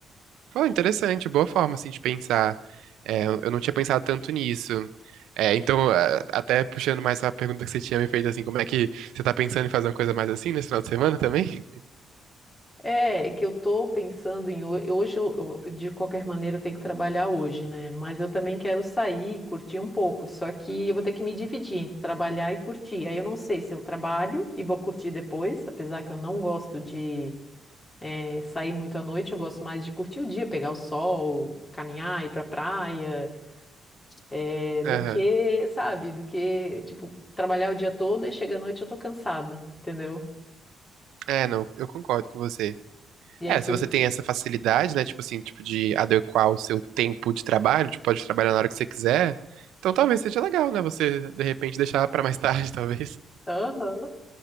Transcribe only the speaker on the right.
Pô, interessante, boa forma, assim, de pensar. É, eu não tinha pensado tanto nisso. É, então, a- até puxando mais a pergunta que você tinha me feito, assim, como é que você tá pensando em fazer uma coisa mais assim nesse final de semana também?
Aham.
É, não, eu concordo com você.
É,
se você tem essa facilidade, né, tipo assim, tipo de adequar o seu tempo de trabalho, tipo, pode trabalhar na hora que você quiser, então talvez seja legal, né, você, de repente, deixar pra mais tarde, <laughs> talvez.